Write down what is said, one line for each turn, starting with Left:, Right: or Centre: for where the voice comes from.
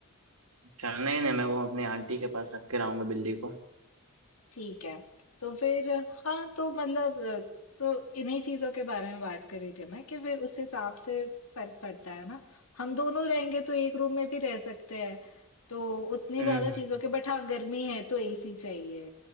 Right: चल नहीं नहीं मैं वो अपनी आंटी के पास रख के आऊंगा बिल्ली को
Left: ठीक है। तो फिर हाँ, तो मतलब अ, तो इन्हीं चीज़ों के बारे में बात कर रही थी मैं कि फिर उस हिसाब से फर्क पड़ता है ना। हम दोनों रहेंगे तो एक रूम में भी रह सकते हैं। तो उतनी
Right: हम्म
Left: ज़्यादा
Right: हम्म,
Left: चीज़ों के बट हाँ गर्मी है तो एसी चाहिए।